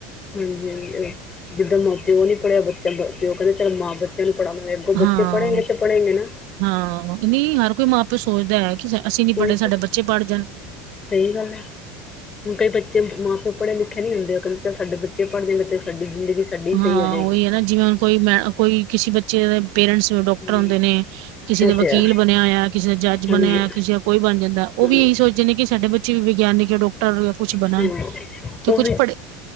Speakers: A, on the left; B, on the right.
A: ਹਾਂਜੀ ਹਾਂਜੀ ਜਿੱਦਾਂ ਮਾਂ ਪਿਓ ਨੀ ਪੜ੍ਹਿਆ ਬੱਚਾ ਪਿਓ ਕਹਿੰਦੇ ਚਲ ਮਾਂ ਬੱਚਿਆਂ ਨੂੰ ਪੜ੍ਹਾ ਲ ਉਹ ਬੱਚੇ
B: ਹਾਂ
A: ਪੜ੍ਹੇਗੇੇ ਤੇ ਪੜੇਂਗੇੇ ਨਾ
B: ਹਾਂ ਨੀ ਹਰ ਕੋਈ ਮਾਂ ਪਿਓ ਸੋਚਦਾ ਹੈ ਕਿ ਅਸੀਂ ਨੀ
A: ਉਹੀ
B: ਪੜ੍ਹੇ ਸਾਡੇ
A: ਤੇ
B: ਬੱਚੇ ਪੜ੍ਹ ਜਾਣ
A: ਸਹੀ ਗੱਲ ਏ, ਹੁਨ ਕਈ ਬੱਚੇ ਮਾਂ ਪਿਓ ਪੜ੍ਹੇ ਲਿਖੇ ਨੀ ਹੁੰਦੇ ਉਹ ਕਹਿੰਦੇ ਚੱਲ ਸਾਡੇ ਬੱਚੇ ਪੜ੍ਹ ਜਾਂਗੇ ਸਾਡੀ ਜ਼ਿੰਦਗੀ ਸਾਡੀ
B: ਹਾਂ
A: ਸਹੀ ਹੋ ਜਾਏਗੀ
B: ਉਹੀ ਹੈ ਨਾ ਜਿਵੇਂ ਹੁਨ ਕੋਈ ਮੈਂ ਕੋਈ ਕਿਸੇ ਬੱਚੇ ਦੇ ਪੇਰੈਂਟਸ ਡਾਕਟਰ
A: ਜੀ
B: ਹੌਦੇ ਨੇ, ਕਿਸੇ
A: ਇਹ
B: ਦਾ
A: ਤੇ
B: ਵਕੀਲ
A: ਹੈ
B: ਬਨਿਆ ਹੋਇਆ ਕਿਸੇ ਦਾ ਜੱਜ
A: ਹਾਂਜੀ
B: ਬਨਿਆ ਕਿਸੇ ਕੋਈ ਬਣ ਜਾਂਦਾ, ਉਹ
A: ਹਾਂਜੀ
B: ਵੀ ਇਹੀ ਸੋਚਦੇ ਨੇ ਕਿ ਸਾਡੇ ਬੇ ਵਿਗਿਆਨੀਕ ਯਾ ਡਾਕਟਰ ਕੁਛ ਬਣਨ
A: ਉਹ
B: ਤੇ ਕੁਛ ਪੜ੍ਹੇ,